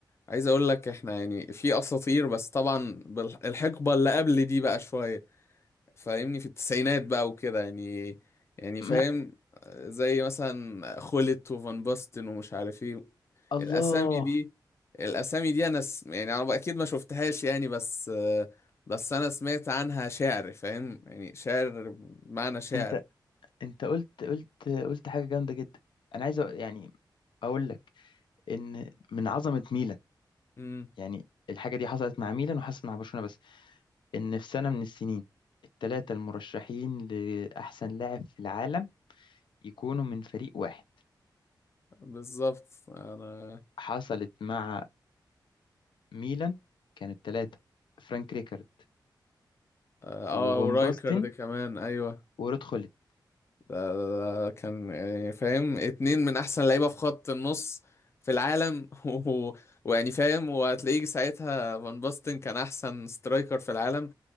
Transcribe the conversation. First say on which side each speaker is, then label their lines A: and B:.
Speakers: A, on the left (about 35°); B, on the left (about 80°).
A: عايز اقول لك احنا يعني في اساطير بس طبعا بالح- الحقبه اللي قبل دي بقى شويه فاهمني في التسعينات بقى وكده يعني يعني
B: ما
A: فاهم زي مثلا خولت وفان باستن ومش عارف ايه
B: الله
A: الاسامي دي الاسامي دي انا س... يعني انا اكيد ما شفتهاش يعني بس بس انا سمعت عنها شعر فاهم يعني شعر بمعنى شعر
B: انت انت قلت قلت قلت حاجة جامدة جدا انا عايز أ- يعني اقول لك ان من عظمة ميلان
A: امم
B: يعني الحاجة دي حصلت مع ميلان وحصلت مع برشلونة بس ان في سنة من السنين الثلاثة المرشحين لأحسن لاعب في العالم يكونوا من فريق واحد
A: بالظبط انا
B: حصلت مع ميلان كانت ثلاثة فرانك ريكارد
A: اه
B: وفان
A: ورايكر
B: باستن
A: ده كمان ايوه
B: ورود خولت
A: ده, ده, ده كان يعني فاهم اتنين من احسن لعيبه في خط النص في العالم <laughs> و- ويعني فاهم وهتلاقيه ساعتها فان باستن كان احسن سترايكر في العالم